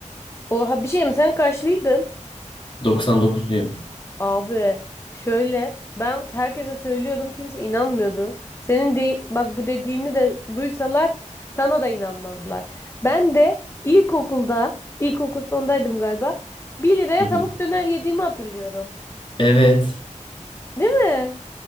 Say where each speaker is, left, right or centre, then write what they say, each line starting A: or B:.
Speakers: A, on the left; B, on the left.
A: oha bir şey mi? Sen kaçlıydın?
B: 99'luyum.
A: Abi şöyle ben herkese söylüyordum kimse inanmıyordu. Senin de bak bu dediğini de duysalar sana da inanmazlar. Ben de ilkokulda ilkokul sondaydım galiba. Bir liraya
B: Hı
A: tavuk
B: hı.
A: döner yediğimi hatırlıyorum.
B: Evet.
A: Değil mi?